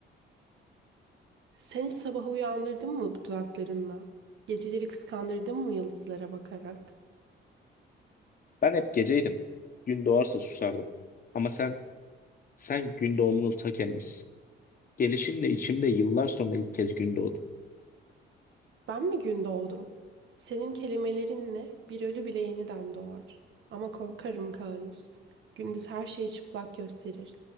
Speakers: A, on the right; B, on the left.
A: Sen hiç sabahı uyandırdın mı dudaklarınla? Geceleri kıskandırdın mı yıldızlara bakarak?
B: Ben hep geceydim. Gün doğarsa susardım. Ama sen, sen gün doğumunun ta kendisisin. Gelişinle içimde yıllar sonra ilk kez gün doğdu.
A: Ben mi gün doğdum? Senin kelimelerinle bir ölü bile yeniden doğar. Ama korkarım Kalus, Gündüz her şeyi çıplak gösterir.